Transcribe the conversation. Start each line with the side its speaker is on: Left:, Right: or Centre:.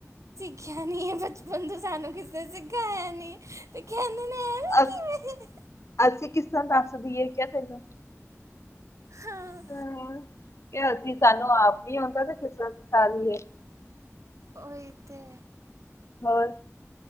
Right: <unintelligible> ਕਿਆ ਨੀ ਇਹ ਬਚਪਨ ਤੋਂ ਸਾਨੂੰ ਕਿਸੇ ਨੇ ਸਕਾਇਆ ਨਹੀਂ ਨੀ ਤੇ ਕਹਿੰਦੇ ਨੇ ਐਵੇਂ
Left: ਅ
Right: ਕਿਵੇਂ।
Left: ਅਸੀਂ ਕਿਸ ਤਰਾ ਦੱਸਦੀ ਹੈ ਕੇ ਤੈਨੂੰ
Right: ਹਾਂ
Left: ਹਮ। ਕਿ ਅਸੀਂ ਸਾਨੂੰ ਆਪ ਨੀ ਆਉਂਦਾ ਤੇ ਕਿਸ ਸਿਖਾ ਲਾਇਏ
Right: ਓਹੀ ਤੇ
Left: ਹੋਰ